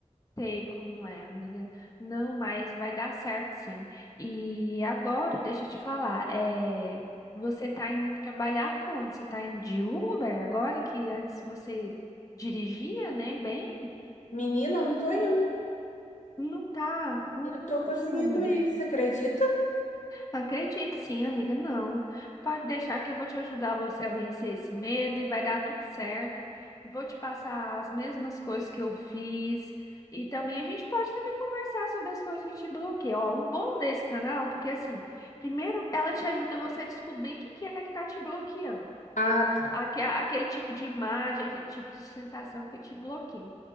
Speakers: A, on the left (about 30°); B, on the left (about 90°).
A: sei como é, amiga. Não, mas vai dar certo, sim. E agora, deixa eu te falar, é, você tá indo trabalhar como? Você tá indo de Uber agora que antes você dirigia, né, bem?
B: Menina, eu não tô indo.
A: Não tá? Nossa,
B: Não tô conseguindo
A: amiga.
B: ir. Você acredita?
A: Acredito sim, amiga. Não. Pode deixar que eu vou te ajudar você a vencer esse medo e vai dar tudo certo. Vou te passar as mesmas coisas que eu fiz. E também a gente pode também conversar sobre as coisas que te bloqueiam. Ó, o bom desse canal, porque assim, primeiro ela te ajuda você a descobrir o que que é que tá te bloqueando
B: Ah, tá.
A: aque- aquele tipo de imagem, aquele tipo de sensação que te bloqueia.